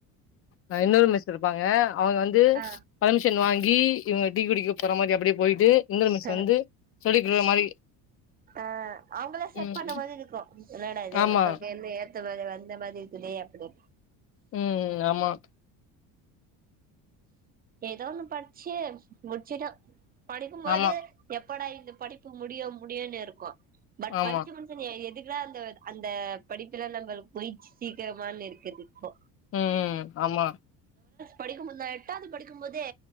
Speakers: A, on the left; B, on the right.
A: ஆஹ் இன்னொரு மிஸ் இரு பாங்க அவங்க வந்து
B: ஆ
A: பர்மிஷன் வாங்கி டீ இவங்க டீ குடிக்கு போற மாரி அப்டியே போயிட்டு இன்னொரு மிஸ்
B: ஹ
A: வந்து சொல்லி குடுக்குற மாரி
B: ஆஹ் அவங்களாம் செட்
A: ம்
B: ஆன மாறி இருக்கும் என்னட இது
A: ஆமா
B: நம்மளுக்கு எந்த தவங்க வந்த மாதிரி இருக்குதே அப்டி
A: உம் ஆமா.
B: ஏதோ ஒண்ணு படிச்சு முடிச்சிட்டோம் படிக்கும்போது
A: ஆமா
B: எப்படா இந்த படிப்பு முடிய முடியும்னு இருக்கு பட்
A: ஆமா
B: படிச்சு முடிச்ச எதுக்கு அந்த அந்த படிப்புலாம் நம்ம போயிச்சு சீக்கிரமானு இருக்குது இப்போ.
A: ம் ஆமா.
B: படிக்கும்போதுதான் எட்டாவது படிக்கும் போதே